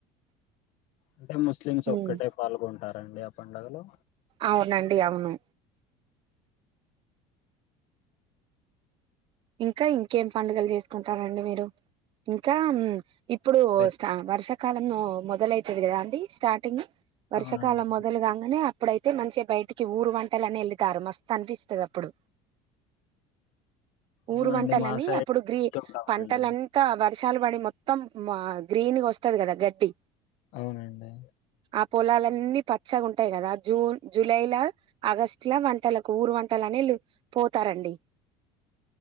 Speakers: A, on the left; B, on the right.
A: అంటే ముస్లిమ్స్
B: ఉమ్.
A: ఒక్కటే పాల్గొంటారండి ఆ పండుగలో?
B: అవునండి అవును. ఇంకా ఇంకేం పండుగలు చేసుకుంటారండి మీరు? ఇంకా ఇప్పుడు
A: ప్రతి
B: స్త వర్షాకాలంలో మొదలైతది కదా అండి స్టార్టింగ్. వర్షాకాలం
A: అవునండి
B: మొదలు గాంగనే. అప్పుడైతే మంచిగా బయటికి ఊరు వంటలు అని వెళతారు, మస్తు అనిపిస్తది అప్పుడు
A: అవునండి
B: ఊరు వంటలని
A: మా సైడ్
B: అప్పుడు గ్రీ
A: తుంటామండి
B: పంటలంతా వర్షాలు పడి మొత్తం మా గ్రీన్ వస్తది కదా గట్టి,
A: అవునండి
B: ఆ పొలాలన్నీ పచ్చగా ఉంటాయి కదా జూన్, జూలైల ఆగస్టుల వంటలకు ఊరు వంటలు అని వీళ్ళు పోతరండి.